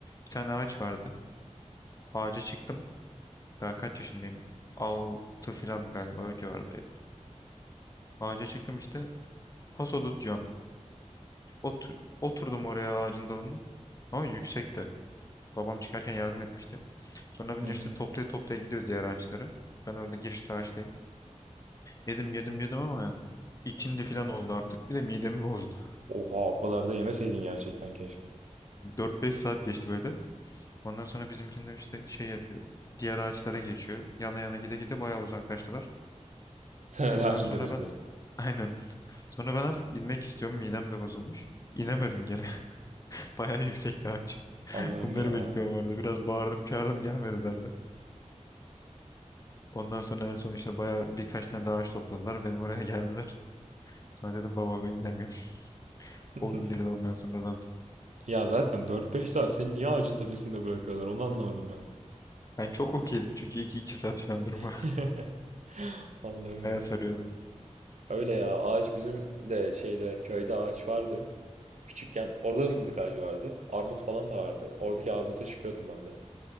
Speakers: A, on the left; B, on the right.
A: Bir tane ağaç vardı. Ağaca çıktım. Daha kaç yaşındayım? Altı falan galiba o civardaydı. Ağaca çıktım işte. Paso dut diyorum. Otur, oturdum oraya ağacın dalına. Ama yüksekti. Babam çıkarken yardım etmişti. Sonra bunun
B: Hı
A: işte
B: hı.
A: toplaya toplaya gidiyor diğer ağaçları. Ben orada girişte ağaçtayım. Yedim yedim yedim ama ya, ikindi falan oldu artık. Bir de midemi bozdu.
B: Oha o kadar da yemeseydin gerçekten keşke.
A: Dört beş saat geçti böyle. Ondan sonra bizimkiler işte şey yapıyor. Diğer ağaçlara geçiyor. Yana yana gide gide bayağı uzaklaştılar.
B: Sen hala
A: Ondan
B: ağacın
A: sonra
B: tepesindesin.
A: ben <laughs> aynen. Sonra ben artık inmek istiyorum. Midem de bozulmuş. İnemedim geri. <laughs> Bayağı yüksekti ağaç. <laughs>
B: Allah'ım
A: Bunları
B: ya.
A: bekliyorum orada. Biraz bağırdım çağırdım gelmediler de. Ondan sonra en son işte bayağı birkaç tane daha ağaç topladılar. Benim oraya geldiler. Sonra dedim baba ben inemiyorum. <laughs>
B: <laughs>
A: O indirdi ondan sonradan tutup.
B: Ya zaten dört beş saat seni niye ağacın tepesinde bırakıyorlar onu anlamadım ben.
A: Ben çok okeydim çünkü iki iki saat falan durma.
B: <laughs> Allah'ım
A: Bayağı
B: ya.
A: sarıyordu.
B: Öyle ya ağaç bizim de şeyde köyde ağaç vardı. Küçükken orada da fındık ağacı vardı. Armut falan da vardı. Oradaki armuta çıkıyordum ben de.